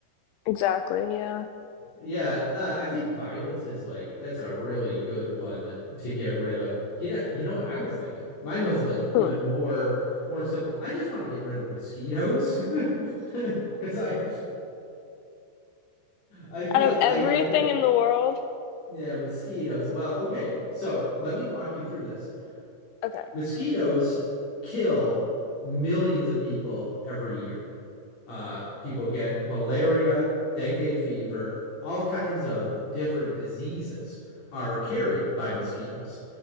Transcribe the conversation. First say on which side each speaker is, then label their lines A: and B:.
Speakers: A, on the left; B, on the left.
A: Exactly, yeah.
B: Yeah, uh, I think violence is like that's a really good one to get rid of. You know, you know what I was thinking? Mine was like even
A: Hmm.
B: more more simple. I just want to get rid of mosquitoes <laughs> because I I feel
A: Out of everything
B: I, I feel like
A: in the world?
B: yeah, mosquitoes. Well, okay. So let me walk you through this.
A: Okay.
B: Mosquitoes kill millions of people every year. Uh, people get malaria, dengue fever, all kinds of different diseases are carried by mosquitoes.